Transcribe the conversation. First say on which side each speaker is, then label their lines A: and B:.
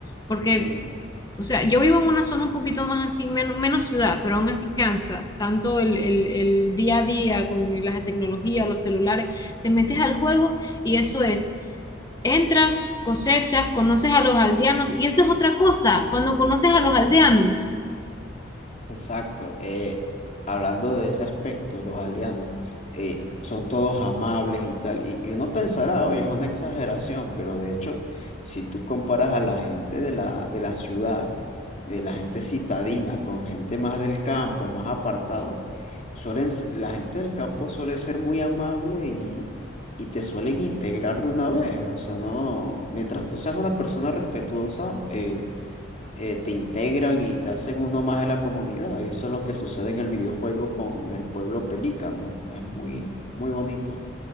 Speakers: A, on the left; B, on the left.
A: Porque,
B: sí
A: o sea, yo vivo en una zona un poquito más así, menos, menos ciudad, pero aún así cansa. Tanto el, el, el día a día con la tecnología, los celulares, te metes al juego y eso es entras, cosechas, conoces a los aldeanos, y esa es otra cosa, cuando conoces a los aldeanos,
B: Exacto. eh, hablando de ese aspecto, los aldeanos eh, son todos amables y tal. Y, y uno pensará, oye, es una exageración, pero de hecho, si tú comparas a la gente de la, de la ciudad, de la gente citadina, con gente más del campo, más apartado, suelen, s- la gente del campo suele ser muy amable y, y te suelen integrar de una vez. O sea, no, mientras tú seas una persona respetuosa, eh, eh, te integran y te hacen uno más de la comunidad. Y eso es lo que sucede en el videojuego con el pueblo pelícano. Es muy, muy bonito.